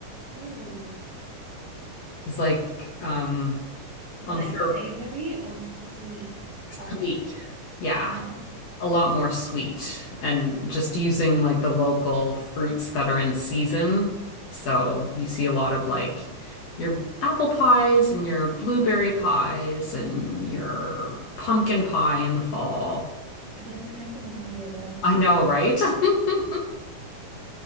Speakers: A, on the right (about 30°); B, on the left (about 60°).
A: Ooh,
B: It's like um
A: but
B: I'm
A: like
B: sure
A: savory or sweet pies.
B: sweet. Yeah.
A: Nice.
B: a lot more sweet and just using like the local fruits that are in season. So you see a lot of like your apple pies and your blueberry pies and your pumpkin pie in the fall.
A: This is making me hungry again.
B: I know, right? <laughs>